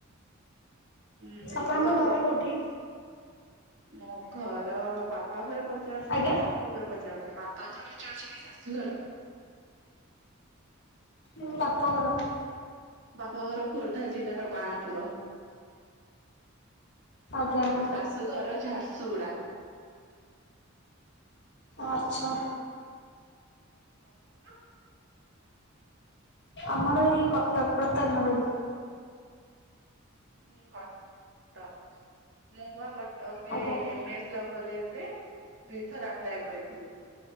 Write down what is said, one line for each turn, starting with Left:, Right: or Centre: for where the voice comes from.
Right: ହୁଁ
Left: ଆପଣଙ୍କ
Right: ଏବେ ତ ଖୋଲିଥିବ।
Left: ଘର କୋଉଠି?
Right: ମୋ ଘର ବାପାଘର ପଚାରୁଛ
Left: ଆଜ୍ଞା
Right: କି ଶାଶ୍ ଶୁଘର ପଚାରୁଛ? ବାପାଘର ପଚାରୁଛ କି ଶାଶୁଘର?
Left: ଉଁ ବାପଘର।
Right: ବାପଘର ଖୋର୍ଦ୍ଧା ଜିଲ୍ଲାର ବାଣପୁର।
Left: ଆଜ୍ଞା ଆଜ୍ଞା।
Right: ଆମ ଶାଶୁଘର ଝାରସୁଗୁଡା।
Left: ଓ ଆଚ୍ଛା।
Right: ତମର?
Left: ଆମର ଏଇ କଟକ ପ୍ରତାପନଗରୀ।
Right: ହୁଁ ଉଁ କଟକ। ମୁଁ ବା କଟକରେ
Left: ଆଜ୍ଞା।
Right: ଏମ୍ ଏସ୍ ଲ କଲେଜ ରେ ଦୁଇ ଥର ଆପ୍ଲାଏ କରିଥିଲି।